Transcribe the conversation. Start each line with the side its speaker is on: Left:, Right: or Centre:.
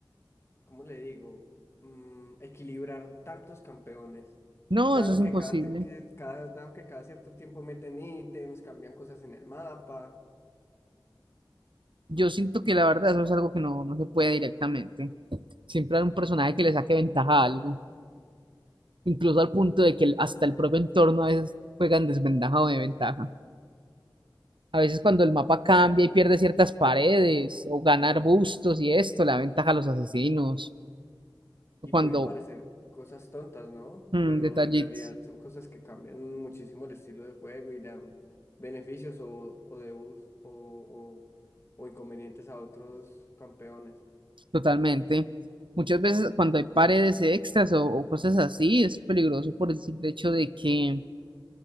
Left: ¿cómo le digo? Mm, equilibrar tantos campeones.
Right: No,
Left: Dado
Right: eso es imposible.
Left: que cada, te- que cada, dado que cada cierto tiempo meten ítems, cambian cosas en el mapa
Right: Yo siento que la verdad eso es algo que no, no se puede directamente. Siempre hay un personaje que le saque ventaja a algo, incluso al punto de que el- hasta el propio entorno a veces juega en desventaja o de ventaja. A veces cuando el mapa cambia y pierde ciertas paredes o gana arbustos y esto, la ventaja a los asesinos
Left: y
Right: cuando
Left: pueden parecer cosas tontas, ¿no?
Right: Mm,
Left: Pero
Right: detallitos,
Left: en realidad son cosas que cambian muchísimo el estilo de juego y le dan beneficios o, o debuffs o, o, o inconvenientes a otros campeones.
Right: totalmente. Muchas veces cuando hay paredes extras o, o cosas así, es peligroso por el simple hecho de que,